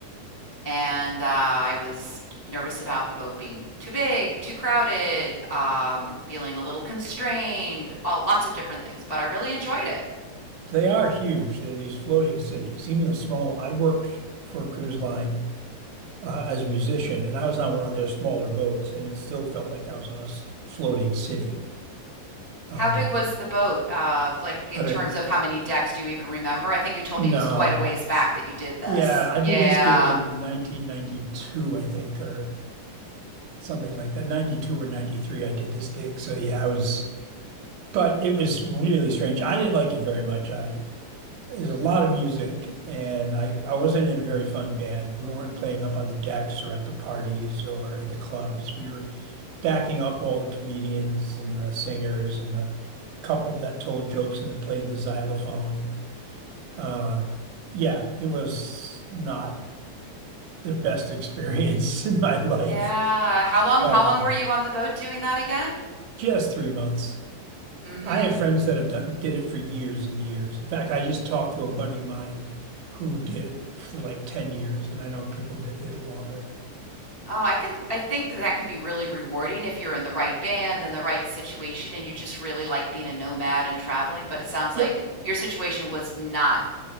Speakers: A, on the left (about 25°); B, on the right (about 80°).
A: and uh, I was nervous about the boat being too big, too crowded, um, feeling a little constrained, all lots of different things. But I really enjoyed it.
B: They are huge. They're these floating cities, even the small. I worked for a cruise line uh, as a musician, and I was on one of their smaller boats, and it still felt like I was on a s- floating city. Um,
A: How big was the boat? Uh, like in
B: I don't
A: terms of how many decks do you even remember? I think you told
B: know.
A: me it was quite a ways back that you did this.
B: Yeah, I
A: Yeah,
B: did this gig in 1992, I think, or something like that. 92 or 93, I did this gig. So yeah, I was. but it was really strange. I didn't like it very much. I there's a lot of music, and I I wasn't in a very fun band. We weren't playing up on the decks or at the parties or in the clubs. We were backing up all the comedians and the singers and the couple that told jokes and played the xylophone. Uh, yeah, it was not the best experience <laughs> in my life,
A: yeah. How long?
B: but
A: How
B: um,
A: long were you on the boat doing that again?
B: just three months.
A: Mm-hmm.
B: I have friends that have done did it for years and years. In fact, I just talked to a buddy of mine who did it for like 10 years, and I know people that did it longer.
A: Oh, I can I think that could be really rewarding if you're in the right band and the right situation and you just really like being a nomad and traveling, but it sounds
B: Yep.
A: like your situation was not